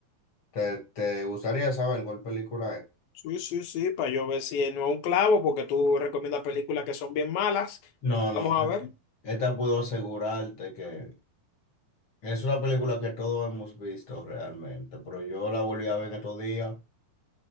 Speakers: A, on the left; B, on the left.
A: ¿Te, te gustaría saber cuál película es?
B: Sí, sí, sí, para yo ver si no es un clavo, porque tú recomiendas películas que son bien malas.
A: No,
B: Vamos
A: no,
B: a ver.
A: esta puedo asegurarte que es una película que todos hemos visto realmente, pero yo la volví a ver en estos días.